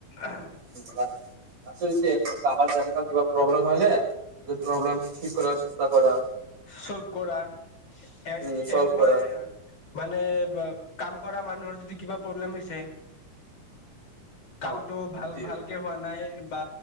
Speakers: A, on the left; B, on the right.
A: আহ।
B: <unintelligible> কাৰবাৰ যেনেকা কিবা প্ৰব্লেম হলে এইটো প্ৰব্লেম ঠিক কৰাৰ চেষ্টা কৰা।
A: চলভ কৰা এ
B: উম, চল্ভ
A: এমপ্লয়
B: কৰা
A: মানে বা কাম কৰা মানুহৰ যদি কিবা প্ৰব্লেম হৈছে কামটো
B: অ',
A: ভাল
B: এইটোৱে
A: ভালকে হোৱা নাই বা